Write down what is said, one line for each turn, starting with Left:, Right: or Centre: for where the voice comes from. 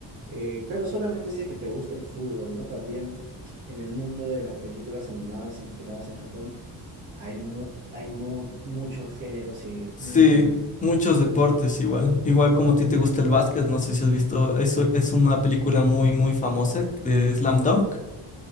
Right: Eh, pero solamente si es que te gusta el fútbol, ¿no? También en el mundo de las películas animadas inspiradas en Japón hay, mu- hay mu- muchos géneros y
Left: Sí,
Right: muy buenas.
Left: muchos deportes igual, igual como a ti te gusta el básquet, no sé si has visto, eso es una película muy, muy famosa de Slam Dunk.